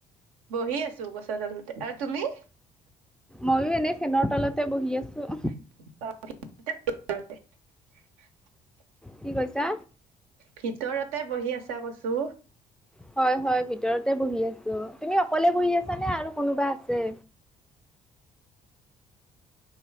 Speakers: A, on the right; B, in the centre.
A: বহি আছো গছৰ তালতে আৰু তুমি?
B: মইও এনেই ফেনৰ তলতে বহি আছো।
A: <unintelligible>
B: কি কৈছা?
A: ভিতৰতে বহি আছা কছো।
B: হয় হয় ভিতৰতে বহি আছো তুমি অকলে বহি আছানে আৰু কোনোবা আছে।
A: <inaudible>